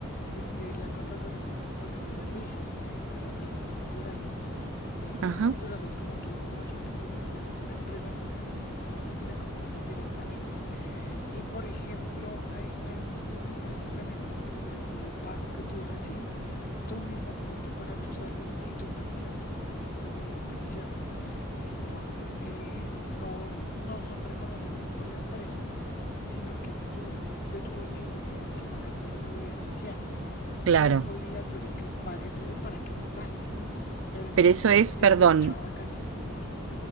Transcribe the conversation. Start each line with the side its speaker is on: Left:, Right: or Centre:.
Left: este, la contratación por prestación de servicios eh, para personas naturales. Las personas
Right: Ajá,
Left: naturales como tú, como yo, que pues no tenemos una empresa ni nada, sino como me contratan directamente. Y por ejemplo, hay, hay unas desventajas tremendas porque, por ejemplo, el pago que tú recibes, tú misma tienes que pagar tu salud y tu pensión, tus aportes a salud y pensión. Entonces, eh, no, no son reconocidos por la empresa, sino que tú de tu bolsillo tienes que pagarte la seguridad social.
Right: claro.
Left: Y es obligatorio que pagues eso para que te paguen. Pero entonces,
Right: Pero eso es,
Left: sin
Right: perdón,
Left: derecho a vacaciones, dime.